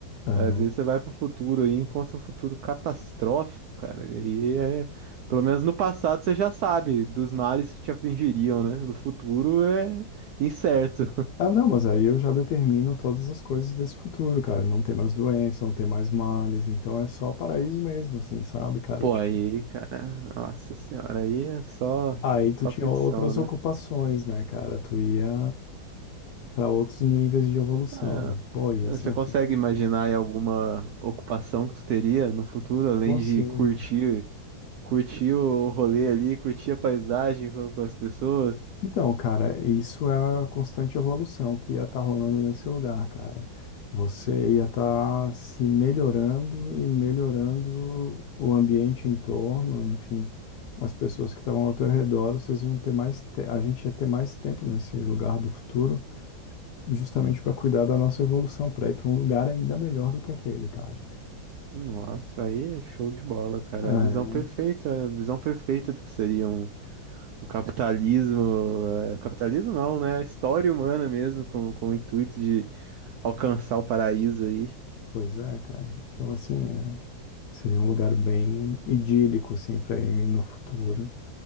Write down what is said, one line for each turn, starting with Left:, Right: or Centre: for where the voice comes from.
Left: É.
Right: Às vezes você vai pro futuro aí, e encontra um futuro catastrófico, cara. E aí é, pelo menos no passado você já sabe dos males que te afligiriam, né? No futuro é incerto.
Left: Ah, não, mas aí eu já determino todas as coisas desse futuro, cara. Não tem mais doença, não tem mais males, então é só paraíso mesmo, assim, sabe, cara?
Right: Pô,
Left: Tipo,
Right: aí, cara, nossa senhora, aí é só,
Left: aí
Right: só
Left: tu tinha
Right: curtição,
Left: outras
Right: né?
Left: ocupações, né, cara? Tu ia pra outros níveis de evolução.
Right: Ah,
Left: Pô, ia
Right: você
Left: ser um
Right: consegue
Left: futuro.
Right: imaginar aí alguma ocupação que tu teria no futuro, além
Left: Consigo,
Right: de curtir, curtir o rolê ali, curtir a paisagem com, com as pessoas?
Left: Então, cara, isso é a constante evolução que ia estar rolando nesse lugar, cara. Você ia estar se melhorando e melhorando o ambiente em torno, enfim, as pessoas que estavam ao teu redor, vocês iam ter mais, te- a gente ia ter mais tempo nesse lugar do futuro, justamente para cuidar da nossa evolução, para ir para um lugar ainda melhor do que aquele, cara.
Right: Nossa, aí é show de bola, cara.
Left: É,
Right: É a visão perfeita, é a visão perfeita do que seria um, o capitalismo. é, capitalismo não, né? A História humana mesmo, com, com o intuito de alcançar o paraíso aí.
Left: pois é, cara. Então, assim, é, seria um lugar bem idílico, assim, para ir no futuro.